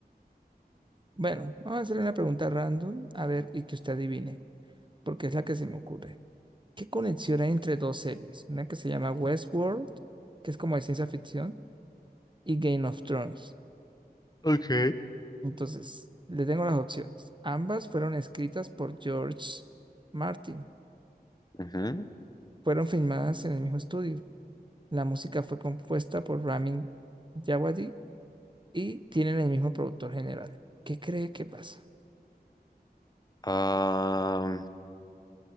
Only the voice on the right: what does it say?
Bueno, vamos a hacerle una pregunta random, a ver, y que usted adivine, porque es la que se me ocurre. ¿Qué conexión hay entre dos series? Una que se llama Westworld, que es como de ciencia ficción, y Game of Thrones.
Entonces, le tengo las opciones. Ambas fueron escritas por George Martin.
Fueron filmadas en el mismo estudio. La música fue compuesta por Ramin Djawadi y tienen el mismo productor general. ¿Qué cree que pasa?